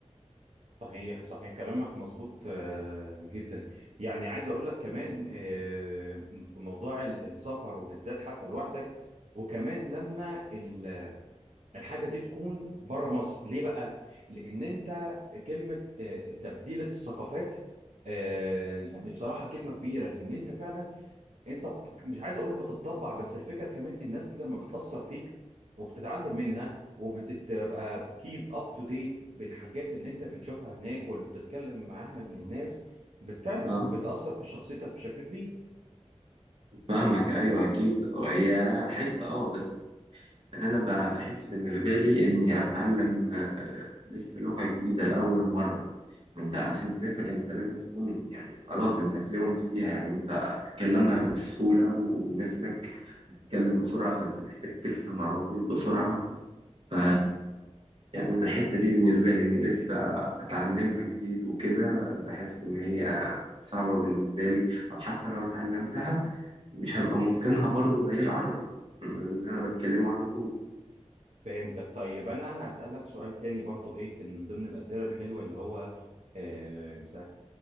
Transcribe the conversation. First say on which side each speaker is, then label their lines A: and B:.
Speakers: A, on the right (about 75°); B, on the right (about 50°).
A: صحيح صحيح كلامك مظبوط آه، جدا يعني عايز اقول لك كمان آه، في موضوع ال- السفر وبالذات حتى لوحدك وكمان لما ال- الحاجه دي تكون بره مصر ليه بقى لان انت كلمه آه، تبديله الثقافات آه، يعني بصراحه كلمه كبيره لان انت فعلا انت بت... مش عايز اقول بتتطبع بس الفكره كمان الناس دي لما بتاثر فيك وبتتعلم منها وبتبقى كيب اب تو ديت بالحاجات اللي انت بتشوفها هناك واللي بتتكلم معاها للناس بت... فعلا
B: اه
A: بتاثر في شخصيتك بشكل كبير
B: فاهمك أيوه أكيد آه، هي حتة اه بس يعني انا ب- بحس بالنسبه لي اني اتعلم آه، لسه لغه جديده لاول مره انت عشان تسافر انت لازم تكون يعني خلاص انت فلوينت فيها يعني انت تتكلمها بسهوله والناس هناك تتكلم بسرعه فانت محتاج تفهم على طول بسرعه ف يعني انا الحته دي بالنسبه لي اني لسه اتعلمها جديد وكده بحس ان هي صعبه بالنسبه لي او حتى لو اتعلمتها مش هبقى متقنها برضو زي العربي اللي انا بتكلمه على
A: فهمتك طيب انا هسالك سؤال تاني برضو ايه كان من ضمن الاسئله الحلوه اللي هو آه...